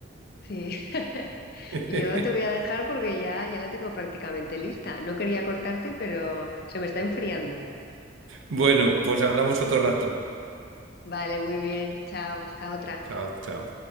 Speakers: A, on the left; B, on the right.
A: Sí, <laughs>
B: <laughs>
A: yo te voy a dejar porque ya, ya la tengo prácticamente lista. No quería cortarte, pero se me está enfriando.
B: Bueno, pues hablamos otro rato.
A: Vale, muy bien. Chao, hasta otra.
B: Chao, chao.